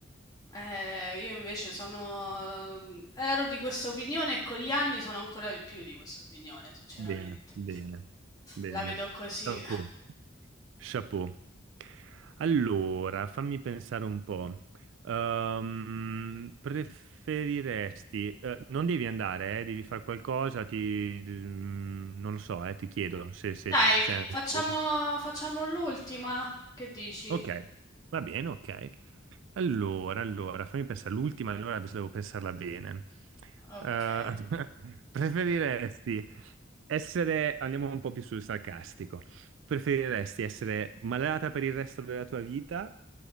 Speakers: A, on the left; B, on the right.
A: Eh, io invece sono... ero di questa opinione e con gli anni sono ancora di più di questa opinione, sinceramente.
B: Bene, bene, bene.
A: La vedo così.
B: Chapeau, chapeau. Allora, fammi pensare un po'. Ehm, preferiresti, eh, non devi andare, eh, devi fare qualcosa, ti, mm, non lo so, eh, ti chiedo se, se-
A: Dai,
B: se ci sei.
A: fa- facciamo,
B: ancora.
A: facciamo l'ultima. Che dici?
B: Ok, va bene, ok. Allora, allora, fammi pensare, l'ultima, allora adesso devo pensarla bene.
A: Ok.
B: Eh, <laughs> preferiresti essere, andiamo un po' più sul sarcastico, preferiresti essere malata per il resto della tua vita